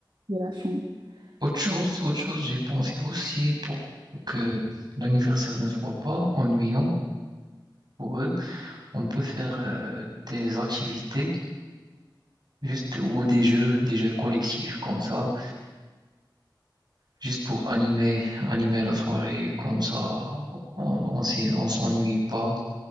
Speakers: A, on the right (about 70°); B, on the right (about 60°).
A: de la chambre.
B: Autre chose,
A: Voilà.
B: autre chose, j'ai pensé aussi pour, pour que l'anniversaire ne soit pas ennuyant pour eux, on peut faire euh, des activités juste ou des jeux, des jeux collectifs comme ça juste pour animer, animer la soirée, comme ça, on, on s'y- on s'ennuie pas.